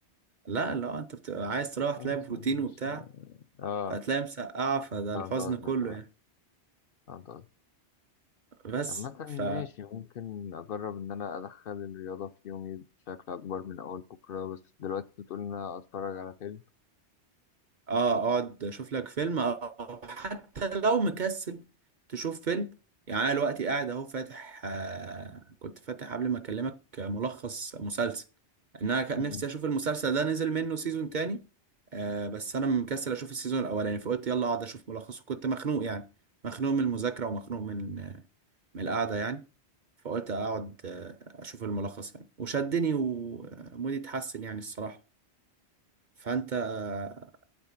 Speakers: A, on the right; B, on the left.
A: لا لا انت بتبقى عايز تروح
B: ماشي
A: تلاقي بروتين
B: يعني
A: وبتاع
B: مش اه
A: فتلاقي مسقعة فده
B: فهمت
A: الحزن
B: قصدك
A: كله
B: اه
A: يعني
B: فهمت
A: بس
B: مثلا
A: ف
B: ماشي ممكن أجرب إن أنا أدخل الرياضة في يومي بشكل أكبر من أول بكرة بس دلوقتي أنت بتقول إن أنا أتفرج على فيلم
A: اه اقعد اشوف لك فيلم او حتى لو مكسل تشوف فيلم يعني انا دلوقتي قاعد اهو فاتح آه كنت فاتح قبل ما اكلمك ملخص مسلسل ان انا كان
B: مم.
A: نفسي اشوف المسلسل ده نزل منه سيزون تاني آه بس انا مكسل اشوف السيزون الاولاني فقلت يلا اقعد اشوف ملخص وكنت مخنوق يعني مخنوق من المذاكرة ومخنوق من آه من القعدة يعني فقلت اقعد آه اشوف الملخص يعني وشدني ومودي اتحسن يعني الصراحة فانت آه،